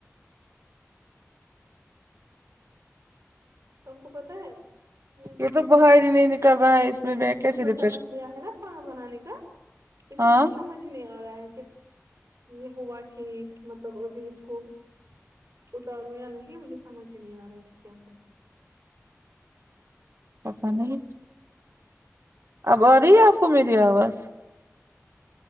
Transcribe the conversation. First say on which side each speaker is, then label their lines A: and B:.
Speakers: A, on the right; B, on the right.
A: تم کو پتہ ہے یا جو
B: یہ تو
A: دوسرا
B: باہر ہی نہیں نکل رہا ہے اس میں میں کیسے
A: دوسرا
B: ریفریش
A: چمچ لیا ہے نا کھانا بنانے کا اس
B: ہاں
A: سے مجھے سمج جھ نہیں آ رہا ہے کہ یے ہوا ٹھیک مطلب ابھی اس کو اتاروں یا نہیں مجھے سمجھ ہی نہیں آ رہا ہے کہ کیا کر
B: پتہ نہیں اب آ رہی ہے آپ کو میری آواز